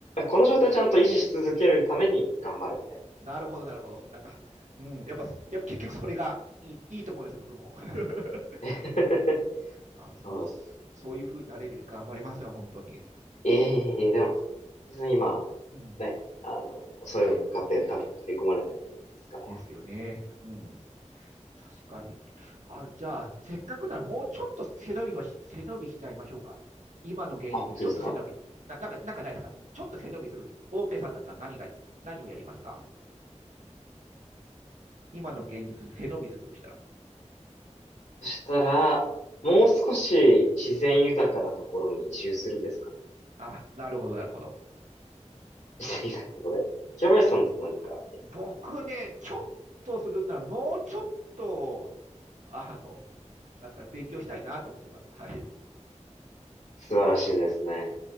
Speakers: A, on the left (about 75°); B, on the right (about 80°).
A: この状態ちゃんと維持し続けるために頑張るみたい
B: うん。なるほど、なるほど。なんか、うん、やっぱ、やっぱ結局それがいいいいと思います、僕も。<laughs>
A: な。<laughs>
B: あ僕もそそういう風になれるように頑張りますよ、
A: そうです。
B: 本当に。
A: ええでも、別に今、
B: うん、
A: ね、あの、そういうのに向かって多分取り組まれてると思うんですから。
B: ですよね。うん、確かに。あ、じゃあ、せっかくならもうちょっと背伸びはし、背伸びしちゃいましょうか。今の現実にちょっと背伸び。
A: あ、本当ですか
B: な、なんか、なんかないですかちょっと背伸びする。オーケーさんだったら何がいい、何をやりますか今の現実に背伸びするとしたら。
A: そしたら、もう少し自然豊かなところに移住するですかね。
B: あ、なるほど、なるほど。
A: 自然豊かなところで。平林さんと何かあります
B: 僕ね、ちょっとするならもうちょっと、あの、なんですかね、勉強したいなと思ってます。はい。
A: 素晴らしいですね。